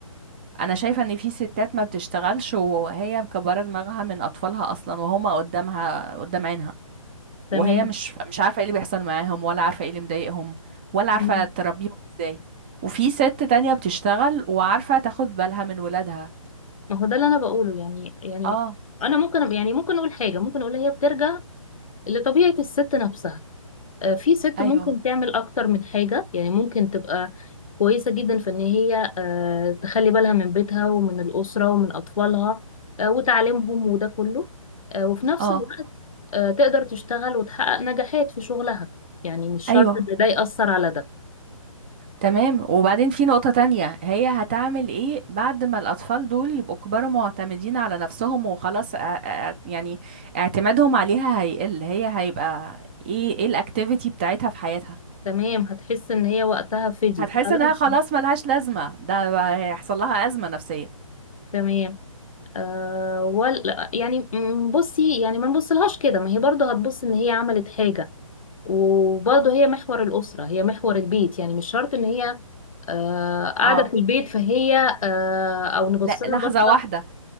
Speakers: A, on the right; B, on the left.
A: انا شايفه ان في ستات ما بتشتغلش وهي مكبره دماغها من اطفالها اصلا وهما قدامها قدام عينها
B: تمام
A: وهي مش مش عارفه ايه اللي بيحصل معاهم ولا عارفه ايه اللي مضايقهم ولا عارفه
B: مم.
A: تربيهم ازاي وفي ست تانية بتشتغل وعارفه تاخد بالها من ولادها
B: ما هو ده اللي انا بقوله يعني يعني
A: اه
B: ما- انا ممكن يعني ممكن اقول حاجه ممكن اقول هي بترجع لطبيعه الست نفسها آه، في ست
A: ايوه
B: ممكن تعمل اكتر من حاجة يعني ممكن تبقى كويسة جدا في ان هي آه، تخلي بالها من بيتها ومن الأسرة ومن أطفالها آه، وتعليمهم وده كله آه، وفي نفس
A: اه
B: الوقت آه، تقدر تشتغل وتحقق نجاحات في شغلها يعني مش شرط
A: ايوه
B: ان ده يأثر على ده
A: تمام وبعدين في نقطة تانية هي هتعمل ايه بعد ما الأطفال دول يبقوا كبروا معتمدين على نفسهم وخلاص ا- ا- يعني اعتمادهم عليها هيقل هي هيبقى ايه ايه الاكتيفيتي بتاعتها في حياتها
B: تمام هتحس ان هي وقتها فدي
A: هتحس
B: فعلا
A: انها خلاص ملهاش لازمة ده بقى هيحصل لها أزمة نفسية
B: تمام آه ولا يعني م- بصي يعني ما نبصلهاش كده ما هي برضه هتبص ان هي عملت حاجة وبرضه هي محور الأسرة هي محور البيت يعني مش شرط إن هي آه قاعدة
A: اه
B: في البيت فهي آه أو نبص
A: لا
B: لها
A: لحظة
B: البصة
A: واحدة